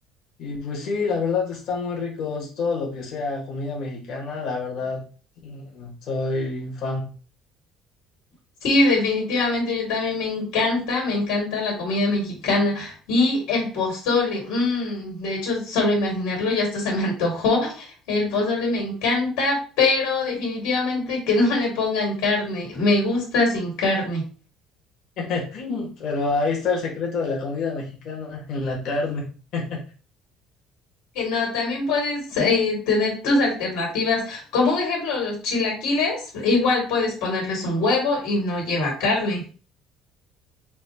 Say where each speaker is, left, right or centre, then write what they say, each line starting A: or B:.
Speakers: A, on the left; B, on the left.
A: Y pues sí, la verdad está muy rico todo lo que sea comida mexicana, la verdad mm, soy fan.
B: Sí, definitivamente yo también me encanta, me encanta la comida mexicana y el pozole. mm, de hecho, solo imaginarlo ya hasta se me antojó. El pozole me encanta, pero definitivamente que no le pongan carne. Me gusta sin carne.
A: <laughs> Pero ahí está el secreto de la comida mexicana, en la carne. <laughs>
B: Que no, también puedes eh, tener tus alternativas. Como un ejemplo, los chilaquiles, igual puedes ponerles un huevo y no lleva carne.